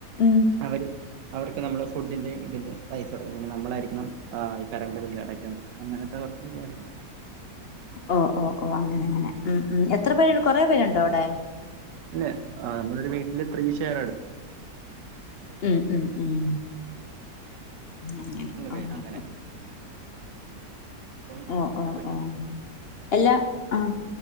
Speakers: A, on the left; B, on the right.
A: ഉം
B: അവര് അവർക്ക് നമ്മള് ഫുഡിന്റെ ഇതിന്റെ പൈസകോടുക്കണം പിന്നെ നമ്മളായിരിക്കണം ഈ കറണ്ട് ബില്ല് അടക്കേണ്ടത് അങ്ങനത്തെ കോറച്ച് പരിപാടികള്
A: ഒഹ് ഒഹ് ഒഹ് അങ്ങനെ അങ്ങനെ ഉം ഉം എത്ര പേരുണ്ട് കൊറേ പേരുണ്ടോ അവിടെ?
B: അല്ലെ ആഹ് നമ്മളോരു വീട്ടില് ത്രീഷേയറാ
A: ഉം ഉം ഉം അങ്ങനെ
B: ന്ന് പേര്
A: ഓഹ്
B: അങ്ങനെ
A: അപ്പം
B: അപ്പ
A: ഓഹ്
B: കുഴപ്പല്ല
A: ഓഹ് ഓഹ് എല്ലാ ആഹ്